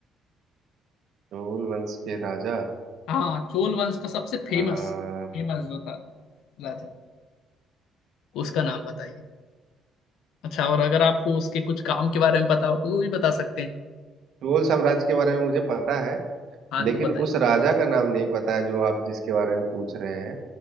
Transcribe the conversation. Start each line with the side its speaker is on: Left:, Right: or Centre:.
Right: चोल वंश के राजा
Left: हाँ चोल वंश का सबसे
Right: अ,
Left: फेमस फेमस जो था राजा उसका नाम बताइए अच्छा और अगर आपको उसके कुछ काम के बारे में पता हो तो वो भी बता सकते हैं
Right: चोल साम्राज्य के बारे में मुझे पता है
Left: हाँ
Right: लेकिन
Left: तो बताइए
Right: उस राजा का नाम नहीं पता है जो आप जिसके बारे में पूछ रहे हैं